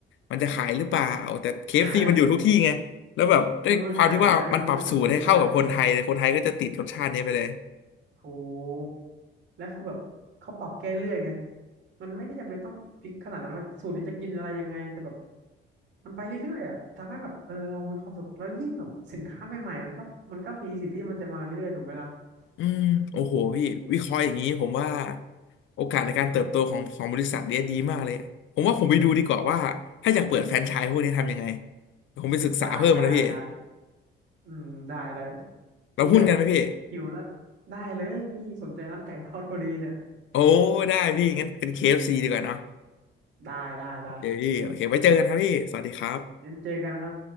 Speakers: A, on the left (about 75°); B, on the right (about 70°).
A: มันจะขายหรือเปล่าแต่เคเอฟซีมันอยู่ทุกที่ไงแล้วแบบด้วยความที่ว่ามันปรับสูตรให้เข้ากับคนไทยเลยคนไทยก็จะติดรสชาตินี้ไปเลย
B: <laughs> ใช่มันมันขายอยู่แล้วไงมันไม่ค่อยปิดด้วย ถูกแล้วคือแบบเขาปรับแก้เรื่อยไงมันไม่ได้จำเป็นต้องฟิกขนาดนั้นว่าสูตรนี้จะกินอะไรยังไงแต่แบบมันไปเรื่อยๆอ่ะทำให้แบบเออเรามีความสุขแล้วยิ่งแบบสินค้าใหม่ๆมันก็มันก็มีสิทธิ์ที่มันจะมาเรื่อยๆถูกไหมล่ะ
A: อืมโอ้โหพี่วิเคราะห์อย่างนี้ผมว่าโอกาสในการเติบโตของของบริษัทเนี้ยดีมากเลยผมว่าผมไปดูดีกว่าว่าถ้าอยากเปิดแฟรนไชส์พวกนี้ทำยังไงผมไปศึกษาเพิ่มนะพี่
B: ได้ได้ได้อืมได้ได้
A: เราหุ้นกันไหมพี่
B: พี่ก็แบบหิวแล้วได้เลยพี่สนใจร้านไก่ทอดพอดีเนี่ย
A: โอ้ได้พี่งั้นเป็น KFC ดีกว่าเนาะ
B: ได้ได้ได้
A: โอเคพี่โอเคไว้เจอกันครับพี่สวัสดีครับ
B: งั้นเจอกันครับ